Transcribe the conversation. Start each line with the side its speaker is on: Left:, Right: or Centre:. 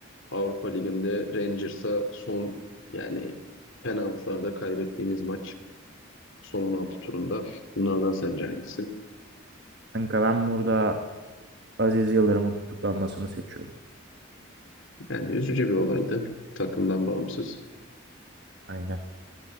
Left: Avrupa Ligi'nde Rangers'a son yani penaltılarda kaybettiğimiz maç. son 16 turunda. Bunlardan sence hangisi?
Right: Kanka ben burada Aziz Yıldırım'ın tutuklanmasını seçiyorum.
Left: Yani üzücü bir olaydı. Takımdan bağımsız.
Right: Aynen.